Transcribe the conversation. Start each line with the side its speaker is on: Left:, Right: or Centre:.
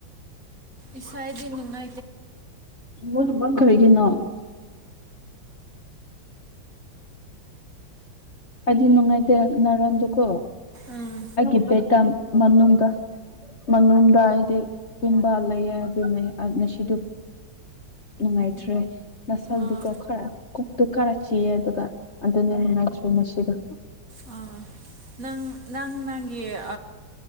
Right: ꯏꯁꯁꯥꯏꯗꯤꯅꯅ
Left: ꯃꯁꯨ ꯃ ꯈꯔꯔꯤꯒꯅ ꯑꯗꯤꯤꯟ ꯅꯪꯥꯏꯇ ꯅꯔꯟꯗꯨꯀꯣ
Right: ꯎꯝ
Left: ꯍꯥꯏꯒꯤ ꯄꯦ ꯀꯝ ꯃꯅꯨꯡꯗ ꯃꯅꯨꯡꯗ ꯑꯩꯗꯤ ꯇꯨꯝꯕ ꯂꯩꯌꯦ ꯑꯗꯨꯅꯦ ꯉꯁꯤꯗꯤ ꯅꯨꯡꯉꯥꯏꯇ꯭ꯔꯦ ꯅ ꯆꯛꯗꯤꯀꯣ
Right: ꯑꯥ
Left: ꯈꯔ ꯑꯗꯨ ꯈꯔ ꯆꯤꯑ ꯑꯗꯨꯒ ꯑꯗꯨꯅ ꯉꯁꯤꯗꯣ
Right: ꯑ ꯅꯪ ꯅꯪ ꯅꯪꯒꯤ